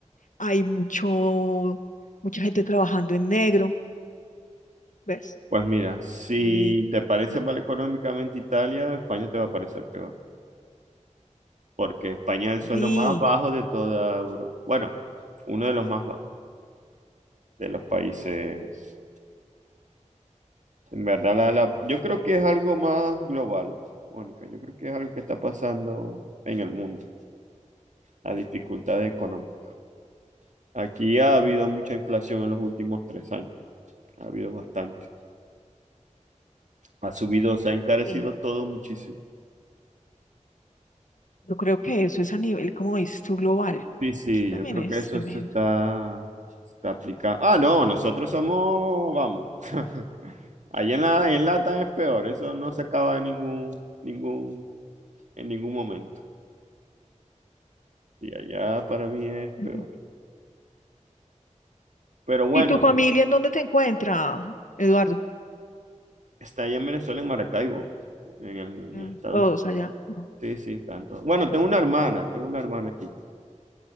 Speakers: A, on the left; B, on the right.
A: hay mucho, mucha gente trabajando en negro, ¿ves?
B: Pues mira, si
A: Y
B: te parece
A: lo-
B: mal económicamente Italia, España te va a parecer peor, porque España es el sueldo
A: Sí,
B: más bajo de toda Europa. Bueno, uno de los más bajos. de los países. En verdad, la, la- yo creo que es algo más global, Mónica. Yo creo que es algo que está pasando en el mundo, la dificultad económica. Aquí ha habido mucha inflación en los últimos tres años, ha habido bastante. Ha subido, se ha encarecido
A: sí.
B: todo muchísimo.
A: Yo creo que eso es a nivel, como dices tú, global.
B: Sí, sí,
A: Aquí también
B: yo creo
A: es
B: que eso
A: tremendo.
B: se está, se está aplicando. Ah, no, nosotros somos, vamos. <laughs> Allá en la, en Latam es peor, eso no se acaba en ningún, ningún, en ningún momento. Y allá para mí es peor.
A: Ujú.
B: Pero bueno,
A: ¿Y tu familia en dónde te encuentra, Eduardo?
B: está allá en Venezuela, en Maracaibo, en el, en
A: Mm,
B: el estado.
A: todos allá. Ujú.
B: Sí, sí, tanto. Bueno, tengo una hermana, tengo una hermana aquí,